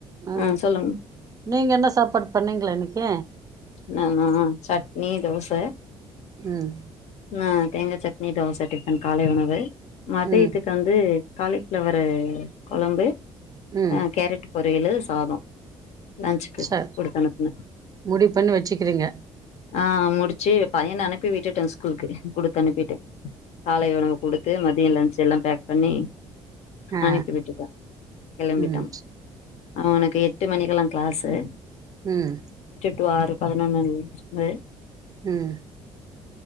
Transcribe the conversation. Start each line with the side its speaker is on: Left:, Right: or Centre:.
Right: அ
Left: ம் சொல்லுங்க
Right: நீங்க என்ன சாப்பாடு பண்ணீங்கள இன்னைக்கி
Left: நானா சட்னி தோச
Right: ம்
Left: நா தேங்கா சட்னி தோச டிஃபன் காலை உணவு மதியத்துக்
Right: ம்
Left: வந்து காலிஃப்ளவர்ரு கொழம்பு
Right: ம்
Left: அ கேரட்டு பொரியலு சாதோ லன்ச்சுக்கு
Right: சர்
Left: கொடுத்தனுப்புன
Right: முடிவு பண்ணி வச்சுக்கிறீங்க
Left: அ முடிச்சு பையன அனுப்பி விட்டுட்டே ஸ்கூலுக்கு குடுத்தனுப்பிட்டே காலை உணவு குடுத்து மதிய லன்ச் எல்லா பேக் பண்ணி
Right: ஆ
Left: அனுப்பி விட்டுட்ட கெளம்பிட்டா
Right: ம்
Left: அவனுக்கு எட்டு மணிக்கெல்லா க்ளாஸு
Right: ம்
Left: டூ ஆறு <unintelligible>
Right: ம்